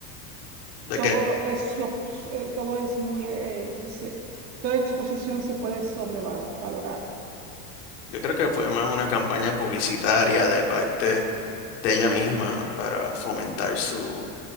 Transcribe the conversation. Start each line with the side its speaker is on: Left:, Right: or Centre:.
Left: ¿de
Right: todo
Left: qué?
Right: es, sop- eh, todo es muy, eh, se- toda exposición se puede sobrevalorar.
Left: Yo creo que fue más una campaña publicitaria de parte de ella misma para fomentar su,